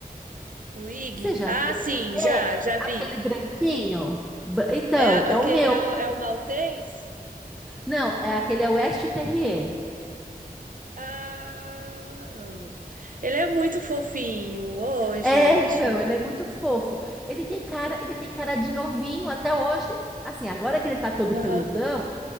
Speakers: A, on the right (about 60°); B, in the centre.
A: O Ig?
B: Você já
A: Ah,
B: viu?
A: sim,
B: É,
A: já, já
B: aquele
A: vi.
B: branquinho. Br- Então,
A: É a-
B: é
A: aquele
B: o meu.
A: é, o- é o maltês?
B: Não, é aquele é o West Terrier.
A: Ah, ele é muito fofinho. Ô,
B: É,
A: gente.
B: então, ele é muito fofo. Ele tem cara, ele tem cara de novinho até hoje. Assim, agora que ele tá todo
A: Aham.
B: peludão,